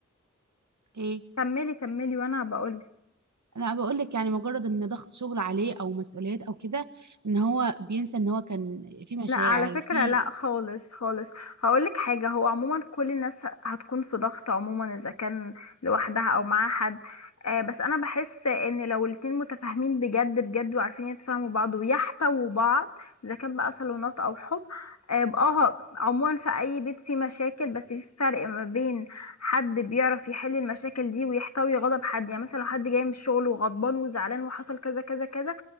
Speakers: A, on the right; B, on the left.
A: ايه
B: كملي كملي وانا بقول
A: انا بقول لك يعني مجرد ان ضغط شغل عليه او مسؤوليات او كده ان هو بينسى ان هو كان في مشاعر
B: لا على فكرة
A: في
B: لا خالص خالص هقولك حاجة هو عموما كل الناس ه- هتكون في ضغط عموما إذا كان لوحدها أو مع حد آه بس أنا بحس إن لو الاتنين متفاهمين بجد بجد وعارفين يتفاهموا بعض ويحتووا بعض إذا كان بقى صالونات أو حب آه يبقى اه عموما في أي بيت فيه مشاكل بس في فرق ما بين حد بيعرف يحل المشاكل دي ويحتوي غضب حد يعني مثلا لو حد جاي من الشغل وغضبان وزعلان وحصل كذا كذا كذا